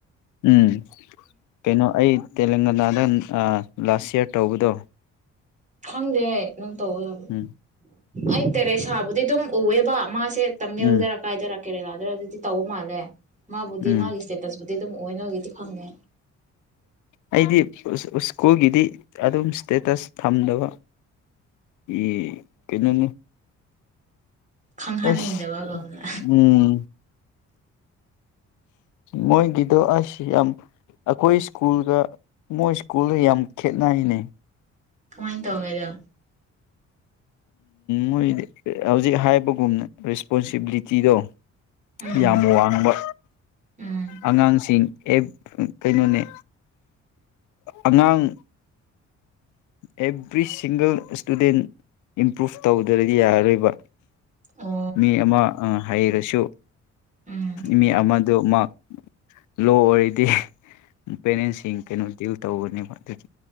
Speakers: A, on the left; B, on the right.
A: ꯎꯝ ꯀꯩꯅꯣ ꯑꯩ ꯇꯦꯂꯪꯒꯅꯥꯗ ꯂꯥꯁ ꯏꯌꯥꯔ ꯇꯧꯕꯗꯣ
B: ꯈꯪꯗꯦ ꯅꯪ ꯇꯧꯋꯦ ꯍꯥꯏꯕ
A: ꯎꯝ
B: ꯑꯩ ꯇꯦꯔꯦ ꯁꯥꯕꯨꯗꯤ ꯑꯗꯨꯝ ꯎꯑꯦꯕ ꯃꯥꯁꯦ ꯇꯝꯃꯦꯜꯗꯔ
A: ꯎꯝ
B: ꯀꯥꯏꯗꯔ ꯀꯦꯔꯦꯜꯥ ꯑꯗꯨ꯭ꯔ ꯑꯗꯨꯗꯤ ꯇꯧꯕ ꯃꯥꯜꯂꯦ ꯃꯥꯕꯨꯗꯤ
A: ꯎꯝ
B: ꯃꯥꯒꯤ ꯏꯁꯇꯦꯇꯁꯕꯨꯗꯤ ꯑꯗꯨꯝ ꯑꯣꯏ ꯅꯣꯏꯒꯤꯗꯤ ꯈꯪꯗꯦ
A: ꯑꯩꯗꯤ ꯁ꯭ꯀꯨꯜꯒꯤꯗꯤ ꯑꯗꯨꯝ ꯏꯁꯇꯦꯇꯁ ꯊꯝꯗꯕ ꯑꯩ ꯀꯩꯅꯣꯅꯤ
B: ꯈꯪꯍꯟꯅꯤꯡꯗꯕꯒꯅ
A: ꯑꯁ ꯎꯝ ꯃꯣꯏꯒꯤꯗꯣ ꯑꯩ ꯌꯥꯝ ꯑꯩꯈꯣꯏ ꯁ꯭ꯀꯨꯜꯒ ꯃꯣꯏ ꯁ꯭ꯀꯨꯜꯒ ꯌꯥꯝ ꯈꯦꯅꯩꯅꯤ
B: ꯀꯃꯥꯏꯅ ꯇꯧꯒꯦꯗꯣ
A: ꯃꯣꯏꯗꯤ ꯍꯧꯖꯤꯛ ꯍꯥꯏꯕꯒꯨꯝꯅ ꯔꯦꯁꯄꯣꯟꯁꯤꯕꯤꯂꯤꯇꯤꯗꯣ
B: ꯎꯝ
A: ꯌꯥꯝ ꯋꯥꯡꯕ
B: ꯎꯝ
A: ꯑꯉꯥꯡꯁꯤꯡ ꯑꯦ ꯀꯩꯅꯣꯅꯦ ꯑꯉꯥꯡ ꯑꯦꯚ꯭ꯔꯤ ꯁꯤꯡꯒꯜ ꯏꯁꯇꯨꯗꯦꯟ ꯏꯝꯄ꯭ꯔꯨꯚ ꯇꯧꯗ꯭ꯔꯗꯤ ꯌꯥꯔꯔꯣꯏꯕ
B: ꯑꯣ
A: ꯃꯤ ꯑꯃ ꯍꯩꯔꯁꯨ
B: ꯎꯝ
A: ꯃꯤ ꯑꯃꯗꯨ ꯃꯍꯥꯛ ꯂꯣ ꯑꯣꯏꯔꯗꯤ ꯄꯦꯔꯦꯟꯁꯤꯡ ꯀꯩꯅꯣ ꯗꯤꯜ ꯇꯧꯕꯅꯦꯕ ꯑꯗꯨꯒꯤ